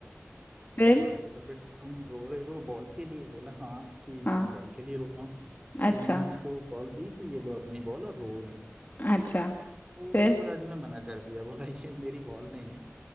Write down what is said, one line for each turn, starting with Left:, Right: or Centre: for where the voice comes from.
Left: फिर
Right: और बोला बेटा तुम रो रहे हो बॉल के लिए बोला हाँ कि मैं
Left: हाँ
Right: बॉल के लिए रो रहा हूँ
Left: अच्छा
Right: तो उन्होंने उसको बॉल दी कि ये लो अपनी बॉल और रो नहीं
Left: अच्छा
Right: तो
Left: फिर
Right: राजू ने मना कर दिया बोला ये मेरी बॉल नहीं है